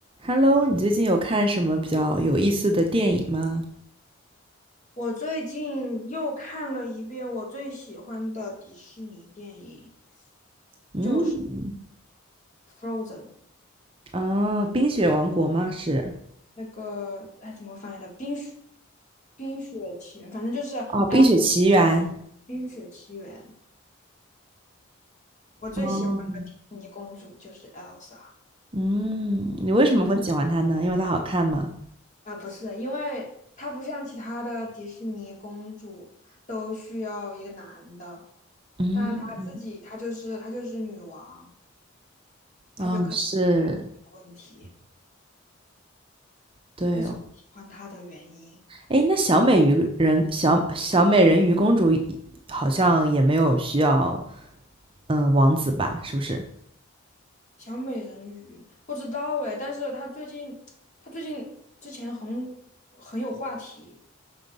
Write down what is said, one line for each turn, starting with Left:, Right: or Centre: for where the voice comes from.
Right: Hello，你最近有看什么比较有意思的电影吗？
Left: 我最近又看了一遍我最喜欢的迪士尼电影，
Right: 嗯，
Left: 就是《Frozen》，
Right: 啊，《冰雪王国》吗？是，
Left: 那个哎怎么翻译的？冰雪冰雪奇缘，反正就是
Right: 哦，《冰雪奇缘》。
Left: El 冰雪奇缘。我最喜欢的迪士尼公主就是
Right: 哦，
Left: Elsa，啊，
Right: 嗯，你为什么会喜欢它呢？因为它好看吗？
Left: 呃不是，因为她不像其他的迪士尼公主都需要一个男的，
Right: 嗯，
Left: 但她自己她就是她就是女王，她就可以解决这个问题。
Right: 啊，是，对哦。
Left: 这是我喜欢他的原因。
Right: 哎，那小美鱼人，小小美人鱼公主好像也没有需要，嗯，王子吧？是不是？
Left: 小美人鱼不知道哎，但是他最近，他最近之前很很有话题。